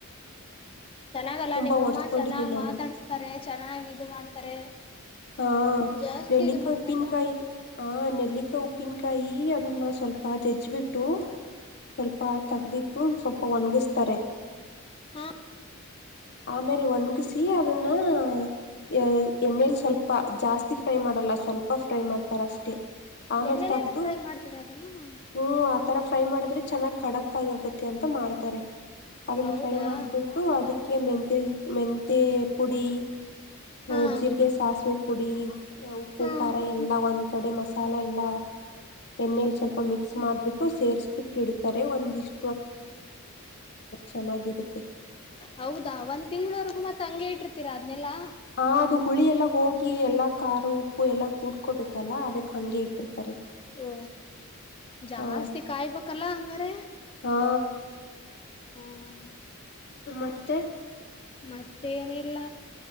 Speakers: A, on the left; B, on the left.
A: ಚೆನ್ನಾಗಲ್ಲಾ
B: ತುಂಬಾ
A: ನಿಮ್ಮಮ್ಮ
B: ಒಡ್ಸ್ಕೊಂಡಿದ್ದೀನಿ
A: ಚೆನ್ನಾಗ್
B: ನಾನು
A: ಮಾತಾಡ್ಸ್ತಾರೆ ಚೆನ್ನಾಗಿ ಇದ್ ಮಾಡ್ತಾರೆ.
B: ಹಾ
A: ಜಾಸ್ತಿ
B: ನೆಲ್ಲಿಕಾಯ್
A: ಇದು ಮಾಡ್ತಾರಲ್ಲ
B: ಉಪ್ಪಿನ್ಕಾಯಿ ಹಾ ನೆಲ್ಲಿಕ ಉಪ್ಪಿನ್ ಕಾಯಿ ಅದನ್ನ ಸ್ವಲ್ಪ ಜಜ್ಬಿಟ್ಟು ಸ್ವಲ್ಪ ತಗ್ದಿಟ್ಟು ಸ್ವಲ್ಪ ಒಣ್ಗುಸ್ತಾರೆ.
A: ಹಾ
B: ಆಮೇಲ್ ಒನ್ಗುಸಿ ಅದನ್ನ. ಯ ಏನೆಲ್ ಸ್ ಸ್ವಲ್ಪ ಜಾಸ್ತಿ ಫ್ರೈ ಮಾಡಲ್ಲ ಸ್ವಲ್ಪ ಫ್ರೈ ಮಾಡ್ತಾರ್ ಅಷ್ಟೇ ಆಮೇಲ್
A: ಎಣ್ಣೆಲೆಲ್ಲ
B: ತಗ್ದು
A: ಫ್ರೈ ಮಾಡ್ತಾರ ಅದನ್ನ
B: ಹೂ ಆತರ ಫ್ರೈ ಮಾಡಿದ್ರೆ ಚೆನ್ನಾಗ್ ಕಡಕ್ ಕಾಯ್ ಆಗುತ್ತೆ ಅಂತ ಮಾಡ್ತಾರೆ. ಅದನ್ನ
A: ಹೌದಾ
B: ಫ್ರೈ ಮಾಡ್ಬುಟ್ಟು ಅದಕ್ ಮೆಂತೆ ಮೆಂತೆ ಪುಡಿ. ಹು
A: ಹಾ
B: ಜೀರ್ಗೆ ಸಾಸ್ವೆ ಪುಡಿ ಉಪ್ಪು
A: ಹ್ಮ್
B: ಖಾರ ಎಲ್ಲ ಒಂದ್ ಕಡೆ ಮಸಾಲ ಎಲ್ಲ. ಎಣ್ಣೇಲ್ ಸ್ವಲ್ಪ ಮಿಕ್ಸ್ ಮಾಡ್ಬುಟ್ಟು ಸೇರ್ಸ್ ಬಿಟ್ ಇಡ್ತಾರೆ ಒಂದಿಷ್ ಚೆನ್ನಾಗಿರುತ್ತೆ.
A: ಹೌದಾ ಒಂದ್ ತಿಂಗ್ಳವರ್ಗು ಮತ್ತ ಹಂಗೆ ಇಟ್ಟಿರ್ತೀರಾ ಅದ್ನೆಲ್ಲಾ.
B: ಹಾ ಇದು ಹುಳಿ ಎಲ್ಲ ಹೋಗಿ ಎಲ್ಲಾ ಕಾರು ಉಪ್ಪು ಎಲ್ಲ ಕೂಡ್ಕೊಬೇಕಲ್ಲ ಅದಕ್ಕೆ ಹಂಗೆ ಇಟ್ಟಿರ್ತಾರೆ.
A: ಓ ಜಾಸ್ತಿ
B: ಹಾ
A: ಕಾಯ್ಬೇಕಲ್ಲ ಹಂಗರೆ.
B: ಹಾ
A: ಹ್ಮ್
B: ನಿಮ್ಮತ್ತೆ
A: ಮತ್ತೆ ಏನಿಲ್ಲ